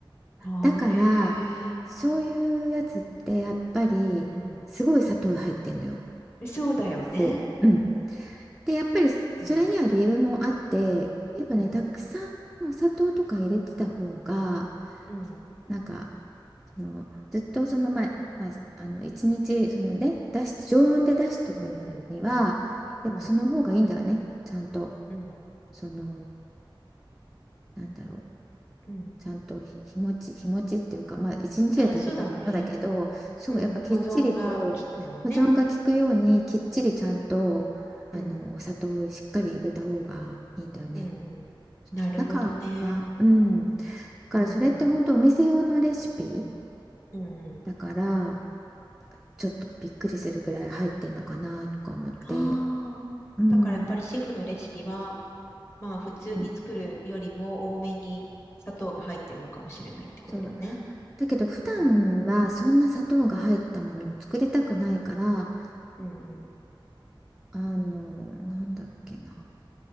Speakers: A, on the left; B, in the centre.
A: ああ、
B: だからそういうやつってやっぱりすごい砂糖入ってんのよ
A: へえ。うん。でそうだよね。
B: お店うんでやっぱりそれには理由もあってやっぱねたくさんお砂糖とか入れてた方が
A: うん、うん、うん、
B: なんかそのずっとその前、まあ、あの一日そのね出し常温で出しとくにはやっぱその方がいいんだよねちゃんと
A: うん、うん、うん、うん、
B: そのなんだろう
A: うん。
B: ちゃんと日日持ち、日持ちっていうか、まあ、一日で食べちゃうものだけど、
A: ああ、そうだね。
B: そう、
A: うん、
B: やっぱきっちりと保存が効くように、
A: 保存が効くもんね。
B: きっちりちゃんとあのお砂糖をしっかり入れた方がいいんだよね。
A: うん、うん、うん。
B: そうそう、
A: なるほどね。
B: だからかな。うん。だからそれって本当お店用のレシピ
A: うん、うん、うん、うん。
B: だから、ちょっとびっくりするぐらい入ってんのかなとか思って。
A: ああ、
B: うん。
A: だからやっぱりシェフのレシピは、まあ普通に作るよりも多めに砂糖が入ってるのかもしれないってことだね。
B: うんそう。だけど普段はそんな砂糖が入ったものを作りたくないから、
A: うーんうんうん。
B: あの、なんだっけな。